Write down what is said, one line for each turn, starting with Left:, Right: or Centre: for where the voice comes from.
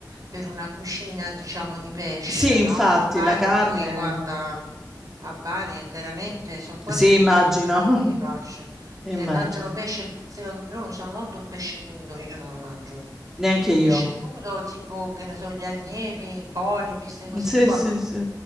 Right: per una cucina, diciamo, di pesce,
Centre: Sì, infatti,
Right: no? A Bari
Centre: la carne,
Right: voi, guarda, a Bari è veramente sono quasi
Centre: sì,
Right: tutti
Centre: immagino,
Right: i ristoranti
Centre: <laughs>
Right: di pesce.
Centre: immagino.
Right: Cioè, mangiano pesce, il cru- se- loro usano molto il pesce crudo, io non lo mangio.
Centre: Neanche io.
Right: Pesce crudo tipo, che ne so, gli allievi, i polipi, queste cose
Centre: Sì,
Right: qua
Centre: sì,
Right: crude.
Centre: sì,